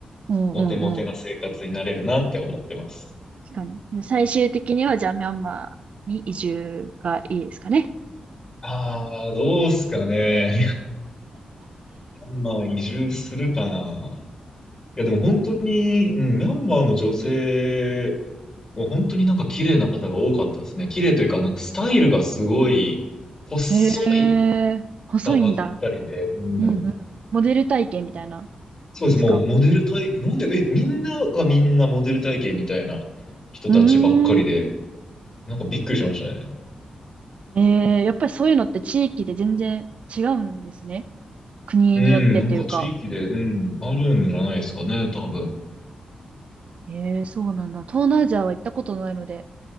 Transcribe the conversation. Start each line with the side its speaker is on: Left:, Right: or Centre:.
Right: うんうんうん。
Left: モテモテな生活になれるなって思ってます。
Right: 確かに。で最終的には、じゃあ、ミャンマーに移住がいいですかね。
Left: ああ、どうすかね。ミャンマー移住するかな。いや、でも本当に、うん、ミャンマーの女性、もう本当になんか綺麗な方が多かったですね。綺麗というか、なんかスタイルがすごい、細い
Right: へえ、細いんだ。
Left: 方ばっかりで、うん。
Right: うんうん。モデル体験みたいなん
Left: そうです。
Right: ですか。
Left: もうモデル体、なんで、え、みんながみんなモデル体型みたいな人たちばっかりで、
Right: うーん。
Left: なんかびっくりしましたね。
Right: えー、やっぱりそういうのって地域で全然違うんですね。国によってというか。
Left: うん、なんか地域で、うん、あるんじゃないですかね、多分。
Right: えー、そうなんだ。東南アジアは行ったことないので、